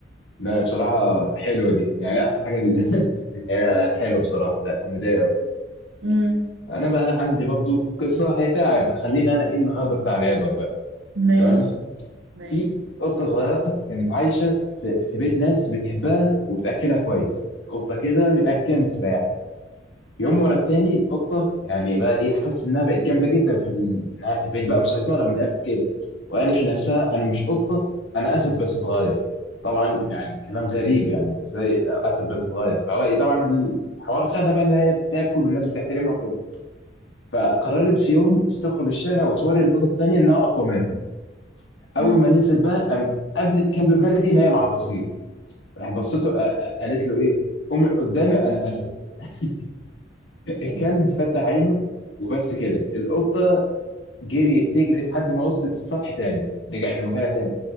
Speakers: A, on the left; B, on the right.
A: لا بصراحة حلوة دي يعني أحسن حاجة دي <laughs> هي حلوة بصراحة لا كوميدية أوي
B: امم
A: أنا بقى عندي برضو قصة هي بتاع عبر خلينا أنا إيه النهاردة بتاع العبر بقى
B: ماشي
A: تمام
B: ماشي
A: في قطة صغيرة كانت عايشة في, في بيت ناس بتحبها وبتأكلها كويس قطة كده من الأكل كده مستريحة يوم ورا التاني القطه يعني بقى ايه حاسس انها بقت جامده جدا في ال- انها في البيت بقى مسيطره من الاخر كده وقالت لنفسها انا مش قطه انا اسد بس صغير طبعا يعني كلام غريب يعني ازاي اسد بس صغير فهو إيه طبعا الحوار خدها بقى اللي هي بتاكل والناس بتحترمها وكده فقررت في يوم تخرج الشارع وتوري القطط التانيه انها اقوى منهم اول
B: امم
A: ما نزلت بقى قامت قابلت كلب بلدي نايم على الرصيف راحت بصته آه، آه، قالت له ايه قوم من قدامي انا اسد <laughs> الكلب
B: ايه ده
A: فتح عينه وبس كده القطة جريت تجري لحد ما وصلت السطح تاني رجعت لمكانها تاني